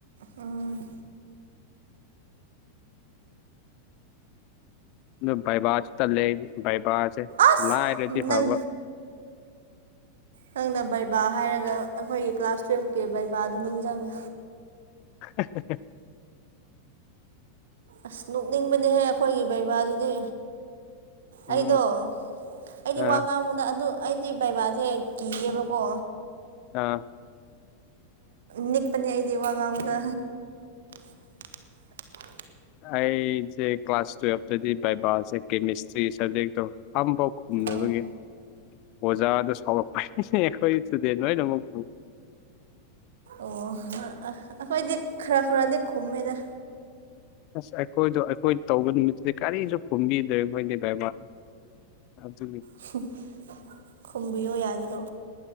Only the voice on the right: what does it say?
ꯎꯝ
ꯑꯁ
ꯅꯪ
ꯅꯪꯅ ꯕꯩꯕꯥ ꯍꯥꯏꯔꯒ ꯑꯩꯈꯣꯏꯒꯤ ꯀ꯭ꯂꯥꯁ ꯇꯨꯋꯜꯐꯀꯤ ꯕꯩꯕꯥꯗꯨ ꯅꯤꯡꯁꯤꯡꯉꯦ
ꯑꯁ ꯅꯣꯛꯅꯤꯡꯕꯅꯦꯍꯦ ꯑꯩꯈꯣꯏꯒꯤ ꯕꯩꯕꯥꯗꯨꯗꯤ
ꯑꯩꯗꯣ ꯑꯩꯗꯤ
ꯋꯥ ꯉꯥꯡꯕꯗ ꯑꯗꯨ ꯑꯩꯗꯤ ꯕꯥꯏꯕꯥꯁꯦ ꯀꯤꯌꯦꯕꯀꯣ
ꯅꯤꯛꯄꯅꯦ ꯑꯩꯗꯤ ꯋꯥ ꯉꯥꯡꯕꯗ ꯍ <inaudible>
ꯑꯣ
ꯑꯣ ꯑꯥ ꯑꯩꯈꯣꯏꯗꯤ ꯈꯔ ꯈꯔꯗꯤ ꯈꯨꯝꯃꯦꯗ
<unintelligible> ꯈꯨꯝꯕꯤꯌꯣ ꯌꯥꯗ꯭ꯔꯣ